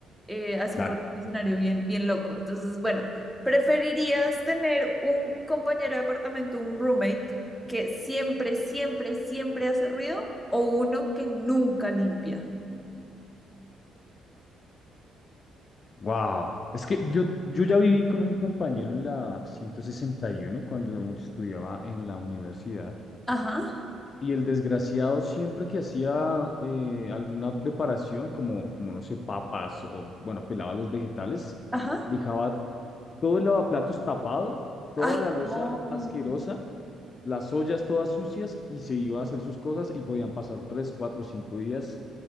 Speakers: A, in the centre; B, on the left (about 40°).
A: eh, así
B: Dale.
A: con un escenario bien, bien loco. Entonces, bueno, ¿preferirías tener un compañero de apartamento, un roommate, que siempre, siempre, siempre hace ruido o uno que nunca limpia?
B: wow. Es que yo, yo ya viví con un compañero en la 161 cuando aún estudiaba en la universidad.
A: Ajá,
B: Y el desgraciado siempre que hacía eh, alguna preparación, como, como no sé, papas o, bueno, pelaba los vegetales,
A: ajá.
B: dejaba todo el lavaplatos tapado, toda
A: Ay,
B: la loza
A: <laughs> no,
B: asquerosa las ollas todas sucias y se iba a hacer sus cosas y podían pasar tres, cuatro, cinco días.